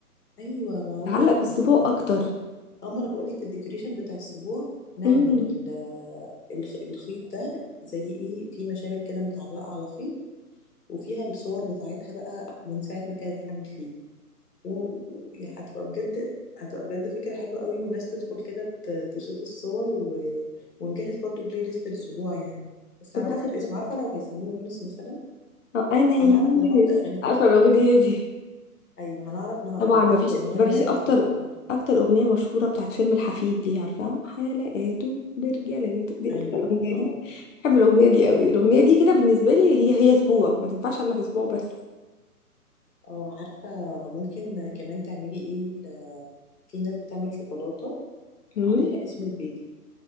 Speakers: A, on the left; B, on the left.
A: ايوه ما هو
B: تعلق في السبوع
A: يعني
B: اكتر
A: اما انا بقولك في الديكوريشن بتاع السبوع نعمل
B: امم
A: ال- آه، الخ- الخيط ده زي ايه في مشابك كده متعلقة على خيط وفيها الصور بتاعتها بقى من ساعة ما كانت حامل فيه و- يعني هتبقى بجد هتبقى بجد فكرة حلوة قوي والناس تدخل كده ت- تشوف الصور و... ونجهز برضو بلاي ليست للأسبوع يعني بس
B: تبقى
A: على حسب
B: في الشهر.
A: اسمه عارفة لو هيسموه يونس مثلا
B: آه، انا يونس
A: هنعرف نحط أغاني كتير
B: عارفه الاغنيه دي
A: أيوة هنعرف نه-
B: طبعا
A: نحط
B: ما فيش
A: الأغنية
B: ما
A: اللي
B: فيش
A: هي هتدخل
B: اكتر
A: عليها
B: اكتر اغنيه مشهوره بتاعت فيلم الحفيد دي عارفه حلقاته برجالاته دي
A: أيوة
B: اكتر اغنيه
A: اه
B: دي بحب الاغنيه دي قوي الاغنيه دي كده بالنسبه لي هي هي اسبوع ما تنفعش الا في اسبوع بس
A: اه عارفة ممكن كمان تعملي ايه ل- في ناس بتعمل شوكولاتة
B: امم
A: عليها اسم البيبي